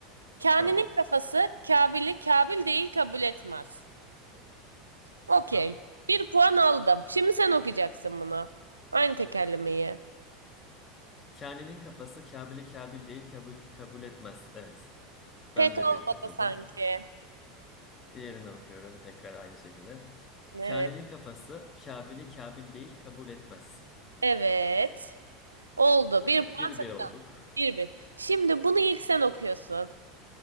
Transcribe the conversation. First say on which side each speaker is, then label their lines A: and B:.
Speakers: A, on the right (about 85°); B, on the left (about 30°).
A: Kane'nin
B: Tamam.
A: kafası Kabil'i Kabil değil kabul etmez. Okey.
B: Tamam.
A: Bir puan aldım. Şimdi sen okuyacaksın bunu. Aynı tekerlemeyi.
B: Kani'nin kafası Kabil'i Kabil değil kabul, kabul etmez. Evet.
A: Pek
B: Ben de
A: olmadı
B: bir takıldım.
A: sanki.
B: Diğerini okuyorum tekrar aynı şekilde.
A: Evet.
B: Kani'nin kafası Kabil'i Kabil değil kabul etmez.
A: Evet. Oldu.
B: Evet.
A: Bir puan
B: Bir
A: sana.
B: bir olduk.
A: Bir bin. Şimdi bunu ilk sen okuyorsun.